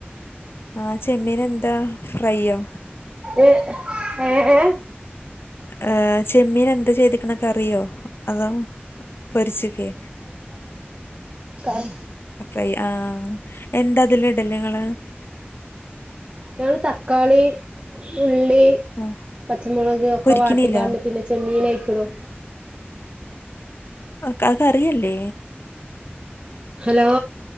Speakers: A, on the left (about 65°); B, on the right (about 30°).
A: അഹ് ചെമ്മീൻ എന്താ ഫ്രൈയ്യോ
B: എ ഏ ഏ
A: ഏഹ് ചെമ്മീൻ എന്ത് ചെയ്തിക്കണൊക്കെ അറിയോ അതോ പൊരിച്ചക്കെ
B: കർ
A: ഫ്രൈ അഹ് എന്താ അതില് ഇഡല് നിങ്ങൾ
B: ഞങ്ങള് തക്കാളി ഉള്ളി
A: ആ
B: പച്ചമുളക് ഒക്കെ
A: പൊരിക്കണില്ലോ
B: വാട്ടിക്കാണ്ട് പിന്നെ ചെമ്മീനയിക്ണു
A: അത് കറിയല്ലേ
B: ഹലോ